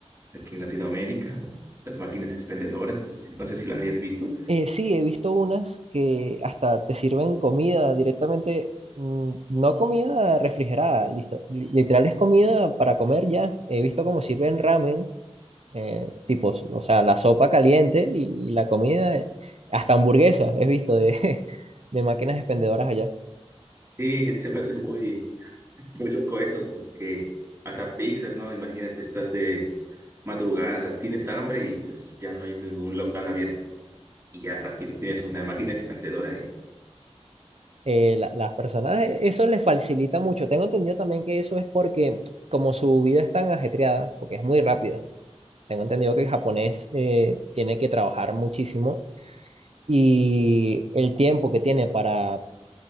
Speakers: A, on the right (about 25°); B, on the right (about 65°).
A: aquí en Latinoamérica, o las máquinas expendedoras, no sé si, no sé si las hayas visto.
B: Eh, sí, he visto unas que hasta te sirven comida directamente, mm, no comida refrigerada, listo. li- Literal es comida para comer ya. He visto cómo sirven ramen, eh, tipos, o sea, la sopa caliente y, y la comida, eh, hasta hamburguesas, he visto de, <laughs> de máquinas expendedoras allá.
A: Sí, <laughs> se me hace muy, muy loco eso, so, que hasta pizzas, ¿no? Imagínate, estás de madrugada, tienes hambre y pues ya no hay ningún local abierto y ya rápido tienes una máquina expendedora ahí.
B: eh, la- las personas, eh, eso les facilita mucho. Tengo entendido también que eso es porque, como su vida es tan ajetreada, porque es muy rápida, tengo entendido que el japonés eh, tiene que trabajar muchísimo y el tiempo que tiene para